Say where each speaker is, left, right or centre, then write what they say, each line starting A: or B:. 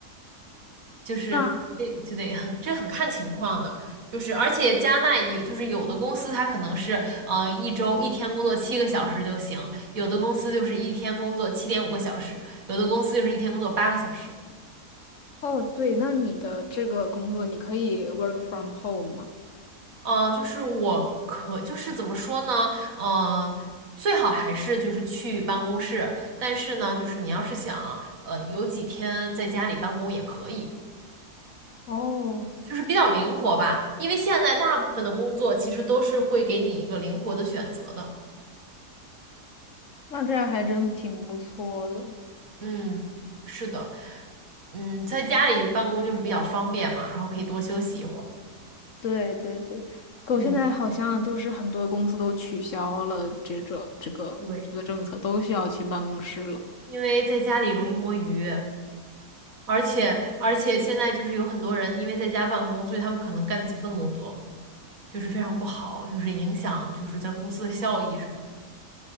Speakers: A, on the right; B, on the left.
A: 就是这就得很这很看情况的，
B: 那
A: 就是而且加纳有就是有的公司它可能是呃一周一天工作七个小时就行，有的公司就是一天工作七点五个小时，有的公司就是一天工作八个小时。
B: 哦，对，那你的这个工作，你可以 work from home 吗？
A: 嗯、呃就是我可就是怎么说呢？嗯、最好还是就是去办公室，但是呢，就是你要是想呃有几天在家里办公也可以，
B: 哦，
A: 就是比较灵活吧，因为现在大部分的工作其实都是会给你一个灵活的选择的。
B: 那这样还真挺不错的。
A: 嗯，是的，嗯，在家里办公就是比较方便嘛，然后可以多休息一会儿。
B: 对对对，狗现在好像就是很多公司都取消了这个这个这个政策，
A: 嗯，对，
B: 都需要去办公室了。
A: 因为在家里容易摸鱼，而且而且现在就是有很多人因为在家办公，所以他们可能干几份工作，就是非常不好，就是影响就是在公司的效益什么的。